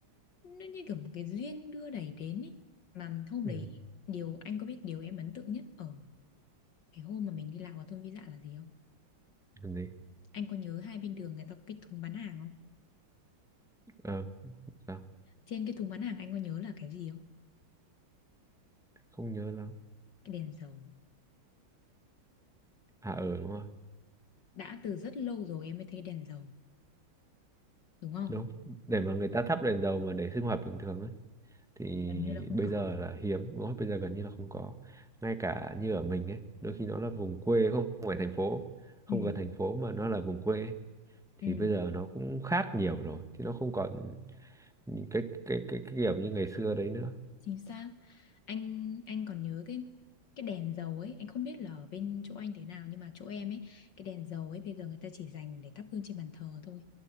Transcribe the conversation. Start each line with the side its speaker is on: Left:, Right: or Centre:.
Left: nó như kiểu một cái duyên đưa đẩy đến ấy. Mà hôm
Centre: Ừ.
Left: đấy điều anh có biết điều em ấn tượng nhất ở cái hôm mà mình đi lạc vào thôn Vĩ Dạ là gì không?
Centre: Làm gì?
Left: Anh có nhớ hai bên đường người ta có cái thùng bán hàng không?
Centre: Ờ, sao?
Left: Trên cái thùng bán hàng anh có nhớ là cái gì không?
Centre: Không nhớ lắm.
Left: Cái đèn dầu.
Centre: À ờ đúng rồi.
Left: Đã từ rất lâu rồi em mới thấy cái đèn dầu, đúng không?
Centre: đúng để mà người ta thắp đèn dầu mà để sinh hoạt bình thường á thì
Left: Gần như là không
Centre: bây
Left: có.
Centre: giờ là hiếm đúng không? bây giờ gần như là không có ngay cả như ở mình ấy đôi khi nó là vùng quê không phải thành phố không
Left: Ừ,
Centre: gần thành phố mà nó là vùng quê ấy, thì
Left: ừ,
Centre: bây giờ nó cũng khác nhiều rồi thì nó không còn những cái cái cái, cái kiểu như ngày xưa đấy nữa
Left: chính xác. Anh anh còn nhớ cái cái đèn dầu ấy, anh không biết là ở bên chỗ anh thế nào nhưng mà chỗ em ấy, cái đèn dầu ấy bây giờ người ta chỉ dành để thắp hương trên bàn thờ thôi.